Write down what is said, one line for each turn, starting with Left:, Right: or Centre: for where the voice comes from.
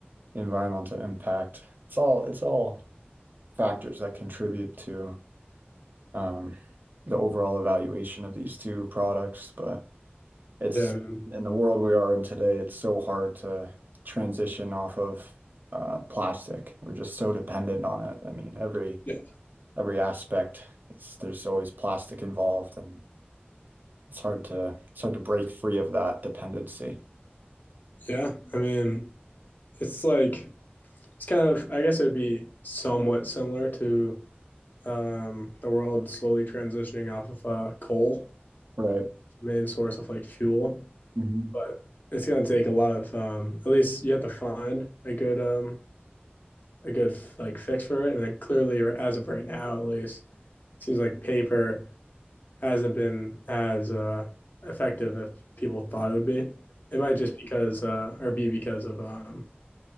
Right: environmental impact. It's all it's all factors that contribute to um, the overall evaluation of these two products, but it's
Left: Yeah, I mean,
Right: in the world we are in today, it's so hard to transition off of uh, plastic. We're just so dependent on it. I mean, every
Left: yeah,
Right: every aspect is there's always plastic involved, and it's hard to it's hard to break free of that dependency.
Left: yeah. I mean, it's like it's kind of. I guess it would be somewhat similar to um, the world slowly transitioning off of uh, coal,
Right: Right.
Left: main source of like fuel,
Right: hmm
Left: but it's going to take a lot of. Um, at least you have to find a good um, a good like fix for it, and then clearly, as of right now, at least, it seems like paper hasn't been as uh, effective as people thought it would be. It might just because uh, or be because of um,